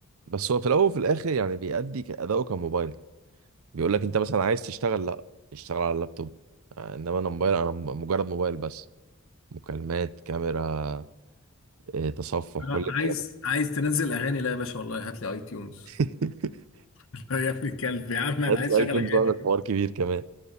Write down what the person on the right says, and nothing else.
بس هو في الاول وفي الاخر يعني بيأدي اداؤه كموبايل بيقول لك انت مثلا عايز تشتغل لا اشتغل على اللابتوب آه، انما انا موبايل انا م- مجرد موبايل بس مكالمات كاميرا آه، تصفح
كل الكلام
ده. <laughs>
هات
الايتونز
بقى ده حوار كبير كمان